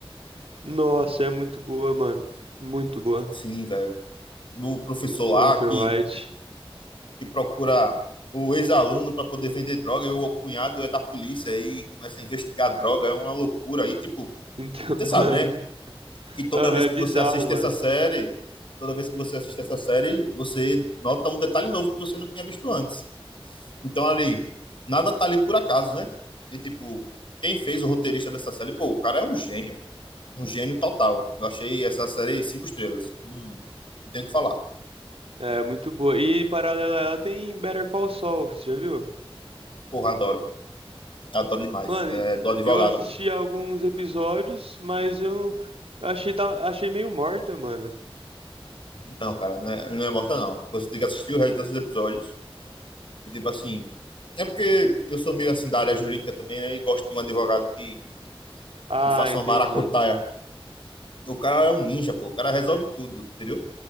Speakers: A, on the right; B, on the left.
A: Nossa, é muito boa, mano. Muito boa.
B: Sim, velho. do professor
A: Walter
B: lá que,
A: White.
B: que procura o ex-aluno para poder vender droga e o cunhado é da polícia e começa a investigar droga, é uma loucura. E, tipo,
A: Então,
B: você
A: <laughs>
B: sabe, né?
A: mano.
B: Que toda
A: aham,
B: vez
A: É
B: que
A: bizarro,
B: você assiste
A: mano.
B: essa série, toda vez que você assiste essa série, você nota um detalhe novo que você não tinha visto antes. Então, ali, nada tá ali por acaso, né? E, tipo, quem fez o roteirista dessa série, pô, o cara é um gênio. Um gênio total. Eu achei essa série cinco estrelas. Hum, não tenho o que falar.
A: É muito boa. E paralela a ela tem Better Call Saul, você já viu?
B: Porra, adoro. Adoro demais.
A: Mano,
B: É,
A: e-
B: do advogado.
A: eu assisti alguns episódios, mas eu não- eu achei, ta- achei meio morta, mano.
B: Não, cara, não é, não é morta, não. Você tem que assistir o resto desses episódios. E, tipo assim. É porque eu sou meio assim da área jurídica também, né? E gosto de um advogado que,
A: Ah,
B: que faça
A: entendi.
B: uma maracutaia. O cara é um ninja, pô. O cara resolve tudo, entendeu?